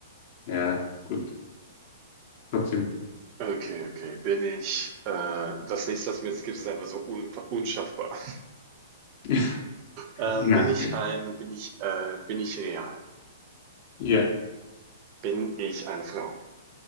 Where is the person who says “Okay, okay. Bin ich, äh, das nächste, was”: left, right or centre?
Right